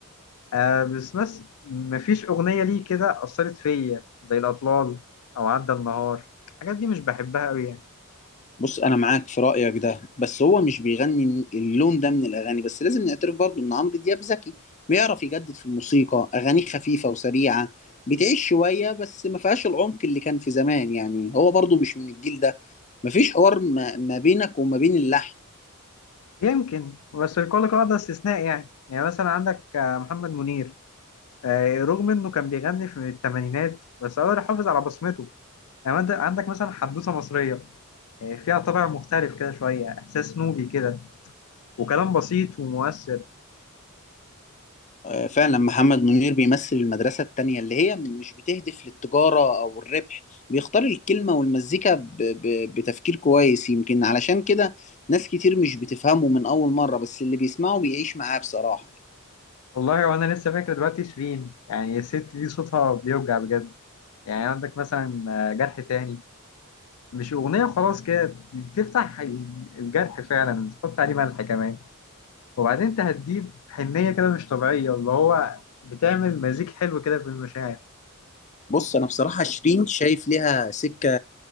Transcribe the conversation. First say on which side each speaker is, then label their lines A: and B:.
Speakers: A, on the left (about 75°); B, on the left (about 35°).
A: آه بس بس مفيش اغنيه ليه كده اثرت فيا زي الاطلال او عدى النهار الحاجات دي مش بحبها قوي يعني
B: بص انا معاك في رايك ده بس هو مش بيغني اللون ده من الاغاني بس لازم نعترف برضو ان عمرو دياب ذكي بيعرف يجدد في الموسيقى اغانيه خفيفه وسريعه بتعيش شويه بس ما فيهاش العمق اللي كان في زمان يعني هو برضو مش من الجيل ده مفيش حوار ما ما بينك وما بين اللحن
A: يمكن بس لكل قاعدة استثناء يعني يعني مثلا عندك آه، محمد منير آه، رغم انه كان بيغني في الثمانينات بس قدر يحافظ على بصمته يعني عند- عندك مثلا حدوثة مصرية آه، فيها طابع مختلف كده شوية احساس نوبي كده وكلام بسيط ومؤثر
B: آه، فعلا محمد منير بيمثل المدرسة التانية اللي هي مش بتهدف للتجارة أو الربح بيختار الكلمة والمزيكا ب... ب... بتفكير كويس يمكن علشان كده ناس كتير مش بتفهمه من أول مرة بس اللي بيسمعه بيعيش معاه بصراحة يعني.
A: والله وانا لسه فاكر دلوقتي شيرين يعني الست دي صوتها بيوجع بجد يعني عندك مثلا آه، جرح تاني مش أغنية خلاص كده بتفتح الجرح فعلا تحط عليه ملح كمان وبعدين انت هتجيب حنية كده مش طبيعية اللي هو بتعمل مزيج حلو كده في المشاعر
B: بص أنا بصراحة شيرين شايف ليها سكة